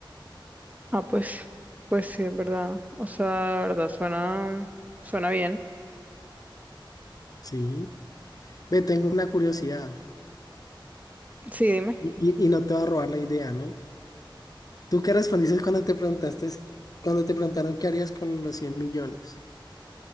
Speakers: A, on the right; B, on the left.
A: Ah, pues, pues sí, es verdad. O sea, la verdad, suena, suena bien.
B: Sí. Ve, tengo una curiosidad
A: Sí, dime.
B: y, y- y no te va a robar la idea, ¿no? ¿Tú qué respondiste cuando te preguntaste, cuando te preguntaron qué harías con los 100 millones?